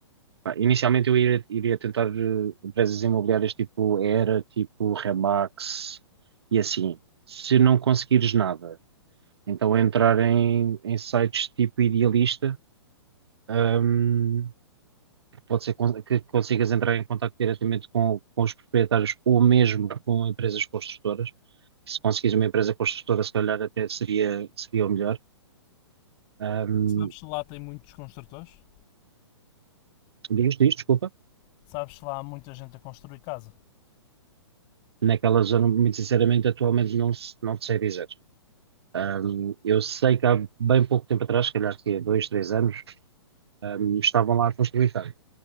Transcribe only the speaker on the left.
Sabes se lá tem muitos construtores?
Sabes, lá há muita gente a construir casa.